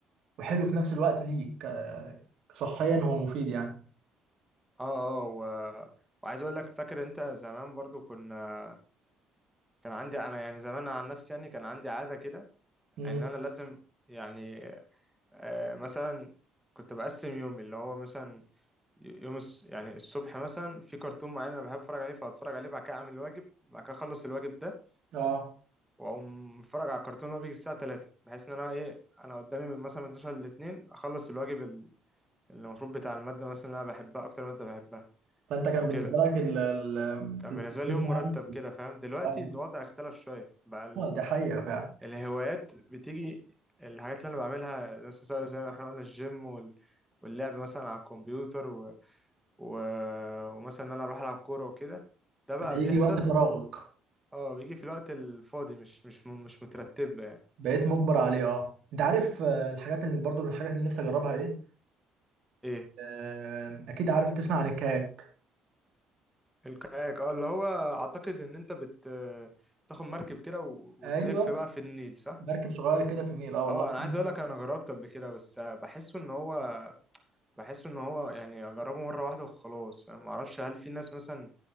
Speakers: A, on the right; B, in the centre.
A: وحلو في نفس الوقت ليك آه، صحيا هو مفيد يعني
B: اه اه و... وعايز اقول لك فاكر انت زمان برضو كنا كان عندي انا يعني زمان عن نفسي يعني كان عندي عاده كده
A: امم
B: ان انا لازم يعني آه، مثلا كنت بقسم يومي اللي هو مثلا يوم الس- يعني الصبح مثلا في كرتون معين انا بحب اتفرج عليه فاتفرج عليه بعد كده اعمل الواجب بعد كده اخلص الواجب ده
A: اه
B: واقوم اتفرج على الكرتون اللي هو بيجي الساعه 3 بحيث ان انا ايه انا قدامي من مثلا من 12 ل 2 اخلص الواجب ال- اللي المفروض بتاع الماده مثلا اللي انا بحبها اكتر ماده بحبها
A: فانت كان
B: وكده
A: بالنسبه لك ال... ال...
B: كان بالنسبه
A: الجيم
B: لي يوم
A: يعني
B: مرتب كده فاهم دلوقتي
A: اه
B: الوضع اختلف شويه بقى
A: آه، ده حقيقه فعلا
B: الهوايات بتيجي الحاجات اللي انا بعملها بس زي زي ما احنا قلنا الجيم وال... واللعب مثلا على الكمبيوتر و... و... ومثلا ان انا اروح العب كوره وكده ده بقى
A: هيجي
B: بيحصل
A: وقت فراغك
B: اه بيجي في الوقت الفاضي مش مش م- مش مترتب له يعني
A: بقيت مجبر عليه اه انت عارف آه، الحاجات اللي برضو من الحاجات اللي نفسي اجربها ايه
B: ايه
A: آه، اكيد عارف تسمع عن الكاك
B: الكاياك اه اللي هو اعتقد ان انت بت تاخد مركب كده و... وتلف
A: ايوه
B: بقى في النيل صح
A: مركب صغير كده في النيل اه والله
B: اه انا
A: في-
B: عايز اقول لك انا جربت قبل كده بس بحسه ان هو بحس ان هو يعني اجربه مره واحده وخلاص فاهم معرفش هل في ناس مثلا